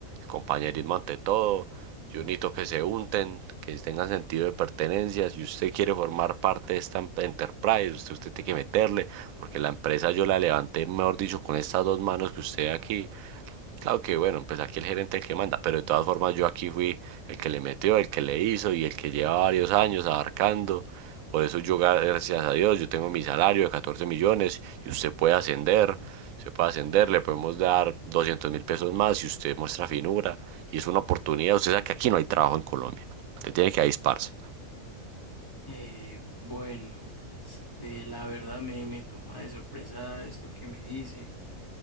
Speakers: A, on the right (about 80°); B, on the left (about 15°).
A: Compañerismo ante todo. Yo necesito que se unten, que tengan sentido de pertenencia. Si usted quiere formar parte de esta em- enterprise, usted, usted tiene que meterle, porque la empresa yo la levanté, mejor dicho, con estas dos manos que usted ve aquí. Claro que bueno, pues aquí el gerente es el que manda, pero de todas formas yo aquí fui el que le metió, el que le hizo y el que lleva varios años abarcando. Por eso yo, gracias a Dios, yo tengo mi salario de 14 millones y usted puede ascender, se puede ascender, le podemos dar doscientos mil pesos más si usted muestra finura y es una oportunidad. Usted sabe que aquí no hay trabajo en Colombia, usted tiene que avisparse.
B: Eh, bueno, este, la verdad me, me toma de sorpresa esto que me dice.